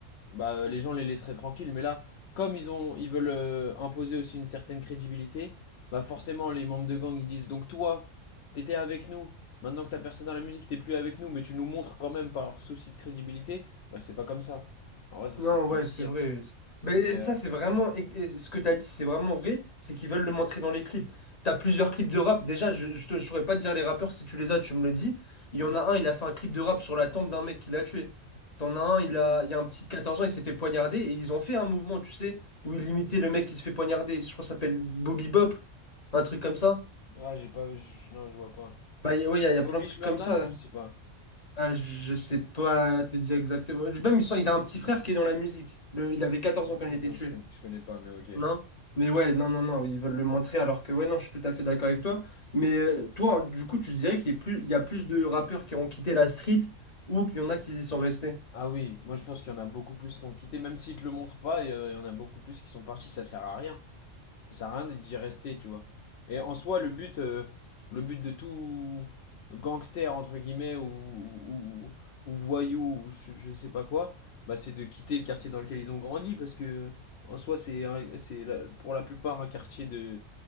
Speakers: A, on the left (about 65°); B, on the left (about 35°).
A: bah euh, les gens les laisseraient tranquilles. Mais là, comme ils ont, ils veulent euh, imposer aussi une certaine crédibilité, bah forcément les membres de gang ils disent donc toi, t'étais avec nous. Maintenant que t'as percé dans la musique, t'es plus avec nous, mais tu nous montres quand même par souci de crédibilité. Bah c'est pas comme ça. En vrai, ça
B: Non,
A: se comprend
B: ouais,
A: aussi,
B: c'est vrai.
A: hein.
B: Mais
A: Mais euh,
B: ça, c'est vraiment. et- et ce que t'as dit, c'est vraiment vrai. C'est qu'ils veulent le montrer dans les clips. T'as plusieurs clips de rap. Déjà, je, je te je saurais pas te dire les rappeurs. Si tu les as, tu me le dis. Il
A: hmm.
B: y en a un, il a fait un clip de rap sur la tombe d'un mec qui l'a tué. T'en as un, il a, il y a un petit de 14 ans, il s'est fait poignarder. Et ils ont fait un mouvement, tu sais, où ils imitaient le mec qui se fait poignarder. Je crois que ça s'appelle Bobby Bop. Un truc comme ça.
A: Ah, j'ai pas, je- non, je vois pas.
B: Bah, y a- ouais, il y a, y a
A: Bobby
B: plein de trucs
A: Shmurda?
B: comme ça.
A: Je sais pas.
B: Ah, je sais pas te dire exactement. Même, il, sent- il a un petit frère qui est dans la musique. Le- il avait 14
A: Ok,
B: ans quand il a été
A: non,
B: tué.
A: je connais, je connais pas, mais ok.
B: Non? Mais ouais, non, non, non, ils veulent le montrer alors que ouais, non, je suis tout à fait d'accord avec toi. Mais euh, toi, du coup, tu dirais qu'il y a plus, il y a plus de rappeurs qui ont quitté la street ou qu'il y en a qui y sont restés.
A: Ah oui, moi je pense qu'il y en a beaucoup plus qui ont quitté, même s'ils te le montrent pas, il y a- il y en a beaucoup plus qui sont partis, ça sert à rien. Ça sert à rien d'y rester, tu vois. Et en soi, le but, euh, le but de tout gangster, entre guillemets, ou, ou, ou voyou, ou je, je sais pas quoi, bah c'est de quitter le quartier dans lequel ils ont grandi, parce que en soi, c'est un- c'est la- pour la plupart un quartier de,